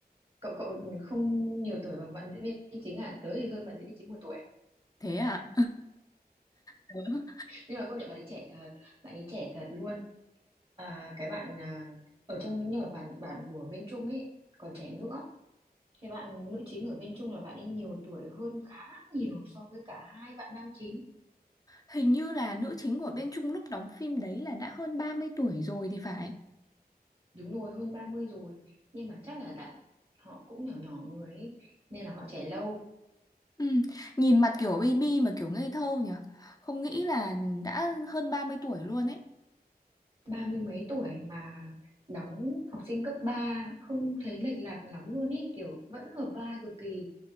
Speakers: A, on the right (about 35°); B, on the left (about 25°).
A: cậu cậu không nhiều tuổi bằng bạn diễn viên chính à? Tớ thì hơn bạn diễn viên chính một tuổi.
B: thế à <laughs> Tớ-
A: Nhưng mà công nhận bạn ấy trẻ thật, bạn ấy trẻ thật luôn. À, cái bạn à, ở trong, nhưng mà bạn, bạn của bên Trung ấy, còn trẻ nữa. Cái bạn nữ chính ở bên Trung là bạn ấy nhiều tuổi hơn khá nhiều so với cả hai bạn nam chính
B: hình như là nữ chính của bên Trung lúc đóng phim đấy là đã hơn 30 tuổi rồi thì phải
A: Đúng rồi, hơn 30 rồi. Nhưng mà chắc là đại họ cũng nhỏ nhỏ người ấy, nên là họ trẻ lâu.
B: Ừ, nhìn mặt kiểu baby mà kiểu ngây thơ nhỉ không nghĩ là đã hơn 30 tuổi luôn ấy
A: Ba mươi mấy tuổi mà đóng học sinh cấp 3 không thấy lệch lạc lắm luôn ý, kiểu vẫn hợp vai cực kỳ.